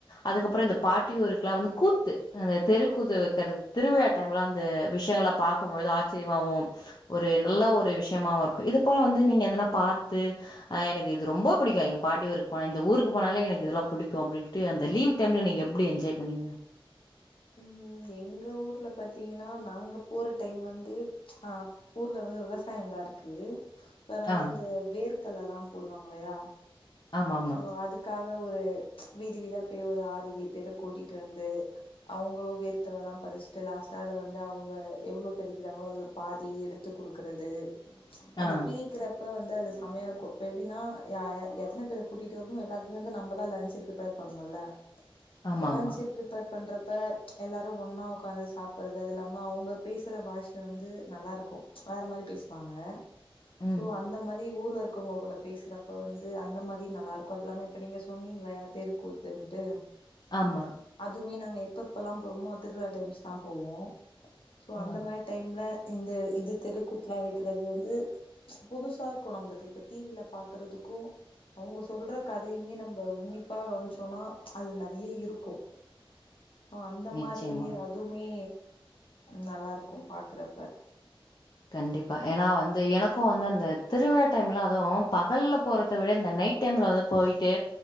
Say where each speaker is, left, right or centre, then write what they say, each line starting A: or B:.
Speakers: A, on the left (about 50°); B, on the left (about 70°).
A: அதுக்கப்புற இந்த பாட்டியூருக்கெல்லா வந்து கூத்து அந்த தெருக்கூத்து வைக்கிறது திருவிழா அ விஷயங்கள பாக்கும்பொழுது ஆச்சரியமாவு ஒரு நல்ல ஒரு விஷய மாவு இருக்கு இது போல வந்து நீங்க எதனா பாத்து ஆ எனக்கு இது ரொம்ப புடிக்கு பாட்டி ஊருக்கு போனா இந்த ஊருக்கு போனாலே எனக்கு இதெல்லா புடிக்கு அப்படின்னு அந்த லீவ்டைம்ல நீங்க எப்டி என்ஜாய் பண்ணீங்க
B: ம் எங்க ஊர்ல பாத்தீங்கன்னா நாங்க போற டைம் வந்து ஆ ஊர்ல வந்து விவசாயந்தா இருக்கு சோ அதனால
A: ஆ
B: இந்த வேர்க்கல்லலா போடுவாங்கயில்லையா
A: ஆமாமா
B: சோ அதுக் க்காக ஒரு வீடு வீடா போய் ஒரு ஆறு ஏழு பேர கூட்டிட்டு வந்து அவங்களு வேர்கல்ல எல்லா பறிச்சுட்டு லாஸ்ட்டா அத வந்து அவங்க எவ்ளோ பறிக்கிறாங்களோ அதுல பாதி எடுத்து குடுக்கறது அந்த
A: ஆ
B: பிரிக்கிற வந்து அது செமையா இருக்கு இப்ப எப்டினா யா எத்தன பேர் கூட்டிட்டு வரமோ எல்லாருக்குமே வந்து நம்ம தா லன்ச் ப்ரிப்பேர் பண்ணுல
A: ஆமாமா
B: சோ லன்ச் ப்ரிப்பேர் பண்ணறப்ப எல்லாரு ஒன்னா உக்காந்து சாப்பிட்றது அது இல்லாம அவங்க பேசுற பாஷ வந்து நல்லாருக்கு வேற மாரி பேசுவாங்க
A: ம்
B: சோ அந்த மாறி ஊர்ல இருக்கவங்க கூட பேசுறப்ப வந்து அந்த மாறி நல்லா இருக்கு அது இல்லாம இப்ப நீங்க சொன்னீங்கள தெருக்கூத் தின்ட்டு
A: ஆமா
B: எதுவுமே நாங்க எப்ப எப்பெல்லா போறமோ திருவிழா டைம்ஸ் தா போவோ சோ அந்த
A: ஆ
B: மாதி டைம்ல இந்த இது தெருக்கூத்துலா வைக்கிறது வந்து புதுசா இருக்கு நம்ளுக்கு இப்ப டி வில பாக்கறதுக்கு அவங்க சொல்ற கதையுமே நம்ம உன்னிப்பா கவன்ச்சோனா அதுல நெறைய இருக்கு சோ அந்த
A: நிச்சயமா
B: மாரி அதுவுமே நல்லாருக்கு பாக்கறப்ப
A: கண்டிப்பா ஏனா வந்து எனக்கு வந்து அந்த திருவிழா டைம்லா அது பகல்ல போறத விட இந்த நைட் டைம்ல வந்து போயிட்டு